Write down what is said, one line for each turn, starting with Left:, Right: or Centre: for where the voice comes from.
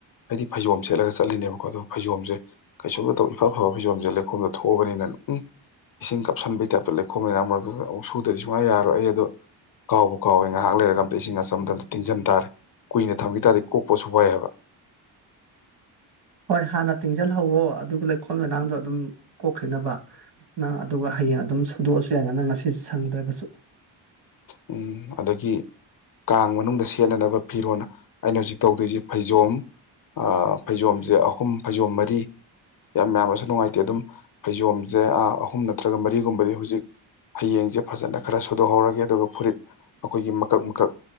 Left: ꯑꯩꯗꯤ ꯐꯩꯖꯣꯝ ꯁꯦꯠꯂꯒ ꯆꯠꯂꯤꯅꯦꯕꯀꯣ ꯑꯗꯣ ꯐꯩꯖꯣꯝꯁꯦ ꯀꯩꯁꯨꯝꯗ ꯇꯧ ꯏꯐ ꯐꯕ ꯐꯩꯖꯣꯝꯁꯦ ꯂꯩꯈꯣꯝꯗ ꯊꯣꯛꯑꯕꯅꯤꯅ ꯎꯝ ꯏꯁꯤꯡ ꯀꯥꯞꯁꯟꯕꯒꯤ ꯇꯥꯏꯞꯇ ꯂꯩ ꯈꯣꯝ ꯂꯩꯅꯥꯝ ꯃꯔꯛꯇꯗꯥ ꯑꯃꯨꯛ ꯁꯨꯗ꯭ꯔꯥꯗꯤ ꯁꯨꯡ ꯌꯥ ꯌꯥꯔꯣꯏ ꯑꯩ ꯑꯗꯨ ꯀꯥꯎꯕꯨ ꯀꯥꯎꯋꯦ ꯉꯥꯏꯍꯥꯛ ꯂꯩꯔꯒ ꯑꯝꯇ ꯏꯁꯤꯡ ꯑꯆꯝꯕꯇ ꯇꯤꯡꯖꯟ ꯇꯥꯔꯦ ꯀꯨꯏꯅ ꯊꯝꯈꯤ ꯇꯥꯔꯗꯤ ꯀꯣꯛꯄꯁꯨ ꯋꯥꯏ ꯍꯥꯏꯕ
Right: ꯍꯣꯏ ꯍꯥꯟꯅ ꯇꯤꯡꯁꯤꯜꯍꯧꯋꯣ ꯑꯗꯨꯒ ꯂꯩꯈꯣꯝ ꯂꯩꯅꯥꯡꯗꯣ ꯑꯗꯨꯝ ꯀꯣꯛꯈꯤꯅꯕ ꯅꯪ ꯑꯗꯨꯒ ꯍꯌꯦꯡ ꯑꯗꯨꯝ ꯁꯨꯗꯣꯛꯑꯁꯨ ꯌꯥꯏꯅ ꯅꯪ ꯉꯁꯤ ꯁꯪꯗ꯭ꯔꯥꯒꯁꯨ
Left: ꯎꯝ ꯑꯗꯥꯒꯤ ꯀꯥꯡ ꯃꯅꯨꯡꯗ ꯁꯦꯠꯅꯅꯕ ꯐꯤꯔꯣꯜ ꯑꯩꯅ ꯍꯧꯖꯤꯛ ꯇꯧꯗꯣꯏꯁꯤ ꯐꯩꯖꯣꯝ ꯑꯥ ꯐꯩꯖꯣꯝꯁꯦ ꯑꯍꯨꯝ ꯐꯩꯖꯣꯝ ꯃꯔꯤ ꯌꯥꯝ ꯃꯌꯥꯝꯅꯁꯨ ꯅꯨꯡꯉꯥꯏꯇꯦ ꯑꯗꯨꯝ ꯐꯩꯖꯣꯝꯁꯦ ꯑꯍꯨꯝ ꯅꯠꯇ꯭ꯔꯒ ꯃꯔꯤꯒꯨꯝꯕꯗꯤ ꯍꯧꯖꯤꯛ ꯍꯌꯦꯡꯁꯦ ꯐꯖꯅꯥ ꯈꯔ ꯁꯨꯗꯣꯛꯍꯧꯔꯒꯦ ꯑꯗꯨꯒ ꯐꯨꯔꯤꯠ ꯑꯩꯈꯣꯏꯒꯤ ꯃꯀꯛ ꯃꯀꯛ